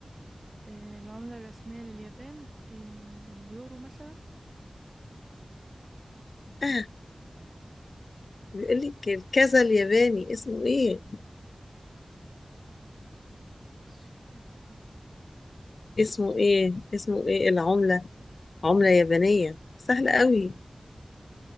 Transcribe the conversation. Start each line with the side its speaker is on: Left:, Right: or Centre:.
Right: إيه العملة الرسمية لليابان إيه اليورو مثلا
Left: اه بيقول لك الكذا الياباني اسمه ايه؟
Right: مش عارفة
Left: اسمه ايه؟ اسمه ايه العملة عملة يابانية سهلة قوي